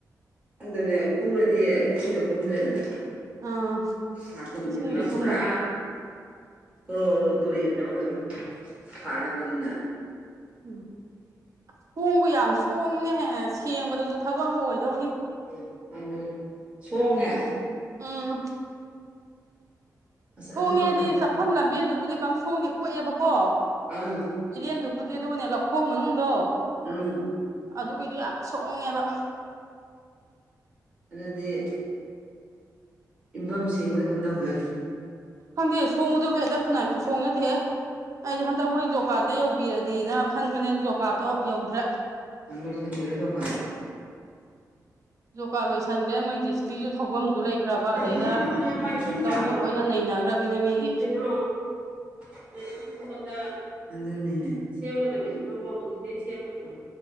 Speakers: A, on the right (about 20°); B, on the right (about 50°).
A: ꯑꯗꯨꯅꯦ ꯈꯨꯔꯗꯤ ꯏꯁꯤꯡꯗꯣ ꯀꯨꯝꯗ꯭ꯔꯦꯗꯅ
B: ꯑꯥ
A: ꯍꯥꯀꯨꯝꯒꯤꯗꯨꯅ
B: ꯏꯁꯤꯡꯕꯨꯗꯤ
A: ꯄꯨꯔꯥ
B: ꯀꯨꯝꯃꯔꯣꯏ
A: ꯑꯣꯔꯣꯔꯣ ꯇꯨꯔꯦꯟꯗꯧꯅ ꯑꯗꯨꯝ ꯐꯥꯠꯂꯕꯅꯤꯅ
B: ꯎꯝ ꯁꯣꯡꯕꯨ ꯌꯥꯝ ꯁꯣꯡꯉꯤꯅꯦꯍꯦ ꯁꯦꯡꯕꯗꯖꯨ ꯊꯕꯛ ꯑꯃ ꯑꯣꯏꯗꯧꯔꯤ
A: ꯎꯝ ꯑꯗꯨꯅꯦ ꯁꯣꯡꯉꯦ
B: ꯎꯝ
A: ꯑꯁ
B: ꯁꯣꯡꯉꯦꯗꯤ
A: ꯑꯗꯨ ꯀꯃꯥꯏꯅ ꯇꯧ
B: ꯆꯥꯠꯐꯝ ꯂꯝꯕꯦꯟꯗꯨꯕꯨꯗꯤ ꯀꯝ ꯁꯣꯡꯗꯦ ꯀꯣꯛꯑꯦꯕꯀꯣ
A: ꯎꯝ
B: ꯏꯔꯦꯟꯗꯨꯕꯨꯗꯤ ꯑꯗꯨꯒꯅꯦ ꯂꯧꯈꯣꯡ ꯃꯅꯨꯡꯗꯣ
A: ꯎꯝ
B: ꯑꯗꯨꯒꯤꯗꯨ ꯌꯥꯝ ꯁꯣꯡꯉꯦꯕ
A: ꯑꯗꯨꯗꯤ ꯏꯟꯕꯝ ꯁꯦꯝꯕꯗ ꯀꯝꯗꯧꯗꯣꯔꯤ
B: ꯈꯪꯗꯦ ꯁꯣꯡꯕꯗꯨꯗꯤ ꯍꯦꯛꯇ ꯈꯨꯟꯅꯥꯏ ꯈꯨꯁꯣꯡ ꯅꯠꯇꯦꯍꯦ ꯑꯩꯗꯤ ꯍꯟꯗꯛ ꯃꯣꯏ ꯖꯣꯀꯥꯔꯠꯇ ꯌꯧꯕꯤꯔꯗꯤꯅ ꯈꯟꯕꯅꯦ ꯑꯗꯣ ꯖꯣꯀꯥꯔꯠ ꯇꯣ ꯌꯧꯗ꯭ꯔꯦ
A: ꯂꯣꯏꯁꯟꯒ꯭ꯔꯦ ꯖꯣꯀꯔꯠꯗꯣ
B: ꯖꯣꯀꯥꯔꯠ ꯂꯣꯏꯁꯟꯈ꯭ꯔꯦ ꯃꯣꯏ ꯖꯤ ꯁꯤ ꯄꯤꯁꯨ ꯊꯧꯐꯝꯁꯨ ꯂꯩꯇ꯭ꯔꯕ ꯑꯗꯩꯗ
A: ꯏꯕꯨꯡꯗꯣ ꯍꯌꯦꯡꯋꯥꯏ ꯏꯁꯤꯡ
B: ꯂꯧꯗꯣ
A: ꯆꯥꯎꯔ
B: ꯂꯣꯏꯅ ꯅꯩꯅꯈ꯭ꯔꯕꯅꯤꯅ ꯃꯤꯒꯤ
A: ꯀꯩꯅꯣ <unintelligible> ꯑꯗꯨꯅꯤꯅꯦ ꯁꯦꯝꯒꯗꯕ ꯏꯐꯝꯗꯣ ꯍꯧꯖꯤꯛꯇꯒꯤ ꯁꯦꯝꯃꯗ꯭ꯔꯣ